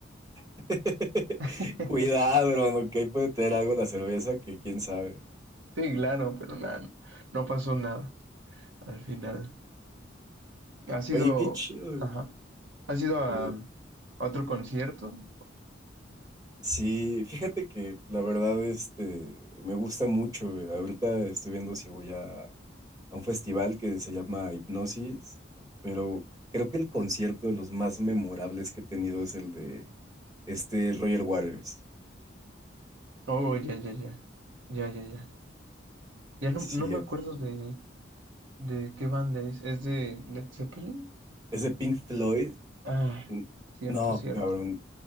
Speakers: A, on the right (about 20°); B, on the right (about 85°).
A: <laughs>
B: <laughs>
A: Cuidado, hermano, que ahí puede tener algo la cerveza que quién sabe.
B: Sí, claro, pero nada, no no pasó nada al final. ¿Has
A: Oye,
B: ido,
A: qué chido. güey.
B: ajá, has ido a,
A: eh,
B: a otro concierto?
A: sí, fíjate que la verdad, este, me gusta mucho. eh, Ahorita estoy viendo si voy a, a un festival que se llama Hipnosis, pero creo que el concierto de los más memorables que he tenido es el de este Roger Waters.
B: Oh, ya, ya, ya, ya, ya, ya. Ya no,
A: Sí,
B: no me
A: eh,
B: acuerdo de, de qué banda es. ¿Es de Led Zeppelin?
A: es de Pink Floyd.
B: Ah,
A: N-
B: cierto,
A: No,
B: cierto,
A: cabrón.